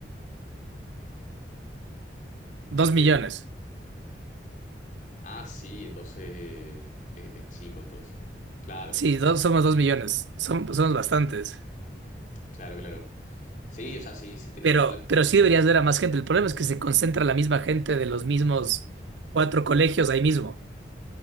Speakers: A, on the right; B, on the left.
A: dos
B: Porque,
A: millones.
B: ah, sí, entonces eh, es, es chico, entonces. Claro,
A: Sí, dos, somos dos millones, som- somos bastantes.
B: claro, claro. Sí, o sea, si, si tienen
A: Pero,
B: sola,
A: pero sí
B: si
A: deberías
B: tienen sola-
A: ver a más gente. El problema es que se concentra la misma gente de los mismos cuatro colegios ahí mismo.